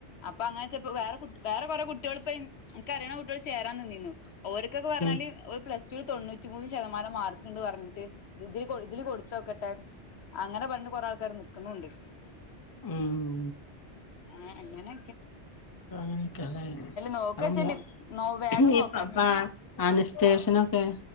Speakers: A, on the left; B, on the left.
A: അപ്പൊ അങ്ങനെപ്പോ വേറെ കു വേറെ കുറെ കുട്ടികളിപ്പ എനക്ക് അറിയുന്ന കുട്ടികൾ ചേരാൻ നിന്നിന്നുഓര് ഇതക്കെ പറഞ്ഞാലി
B: ഉം
A: ഒരു പ്ലസ് തൊണ്ണൂറ്റി മൂന്ന് ശതമാനം മാർക്കണ്ട് പറഞ്ഞിട്ട് ഇതില് ഇതില് കൊടുത്തോക്കട്ടെ അങ്ങനെ പറഞ് കൊറെേ ആൾക്കാാര് നക്കുന്നുണ്ട്
B: ഉം
A: ആഹ് അങ്ങനെ
B: അങ്ങനെയോക്കെയല്ലേ
A: നോക്ക
B: ഉം
A: വെച്ചല് നോ വേഗം
B: ന്നിപ്പാപ്പ
A: നോക്കണ്ട്
B: അനസ്തെഷനൊക്കെ